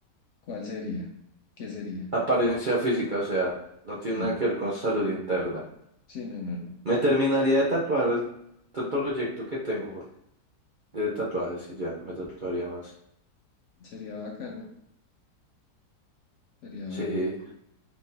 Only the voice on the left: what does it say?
¿cuál sería? ¿Qué sería?
Sí,
sí, no, no, no.
Sería bacano, sería
bueno.